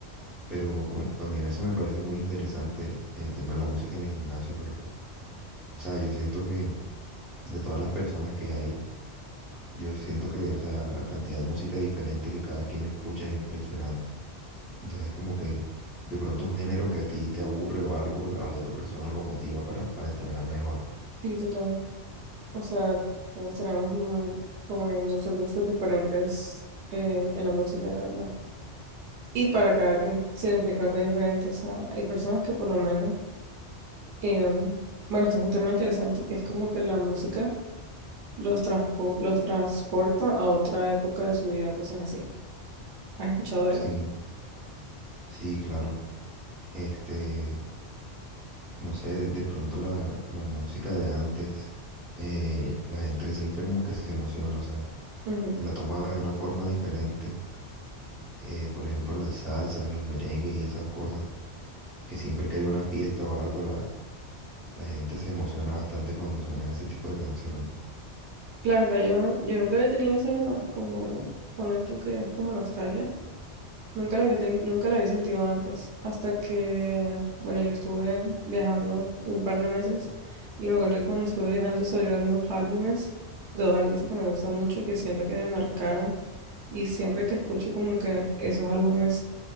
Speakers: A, in the centre; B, on the right (about 75°).
A: Pero bueno, a mí eso me parece muy interesante el, el tema de la música en el gimnasio porque, o sea, yo siento que de todas las personas que hay, yo siento que, o sea, la cantidad de música diferente que cada quien escucha es impresionante. Entonces como que de pronto un género que a ti te aburre o algo, a la otra persona lo motiva para, para entrenar mejor.
B: Sí, total. O sea, todos tenemos muy- como que muchos gustos diferentes eh, en la música, la verdad. Y para cada quien significa algo diferente. O sea, hay personas que por lo menos Em, bueno, esto es un tema interesante que es como que la música los, transpo- los transporta a otra época de su vida, cosas así. ¿Has escuchado de
A: Sí,
B: eso?
A: sí, claro. Este, no sé, de, de pronto la, la música de antes, eh, la gente siempre como que se emociona, o sea,
B: Ujú.
A: se la toma de una forma diferente. Eh, por ejemplo, las salsas, los merengues y esas cosas, que siempre que hay una fiesta o algo, la, la gente se emociona bastante cuando suena ese tipo de canciones.
B: La verdad, yo, yo nunca había tenido esa, como, poner tú que es como nostalgia. Nunca la había, teni- nunca la había sentido antes. Hasta que, bueno, yo estuve viajando un par de meses y me acuerdo que cuando estuve viajando salieron dos álbumes de dos artistas que me gustan mucho y que siento que me marcaron. Y siempre que escucho como que esos álbumes